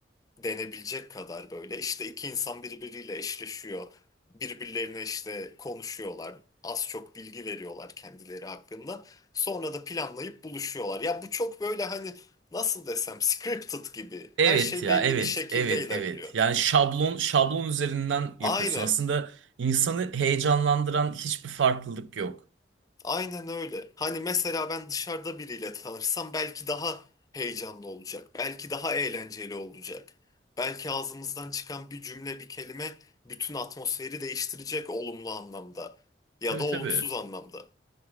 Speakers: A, on the left (about 20°); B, on the right (about 80°).
A: denebilecek kadar böyle işte iki insan birbiriyle eşleşiyor. Birbirlerine işte konuşuyorlar. Az çok bilgi veriyorlar kendileri hakkında. Sonra da planlayıp buluşuyorlar. Ya bu çok böyle hani nasıl desem scripted gibi.
B: Evet
A: Her şey
B: ya
A: belli
B: evet
A: bir şekilde
B: evet
A: ilerliyor.
B: evet. Yani şablon şablon üzerinden yapıyorsun.
A: Aynen.
B: Aslında insanı heyecanlandıran hiçbir farklılık yok.
A: Aynen öyle. Hani mesela ben dışarıda biriyle tanışsam belki daha heyecanlı olacak. Belki daha eğlenceli olacak. Belki ağzımızdan çıkan bir cümle, bir kelime bütün atmosferi değiştirecek olumlu anlamda ya
B: Tabii
A: da
B: tabii.
A: olumsuz anlamda.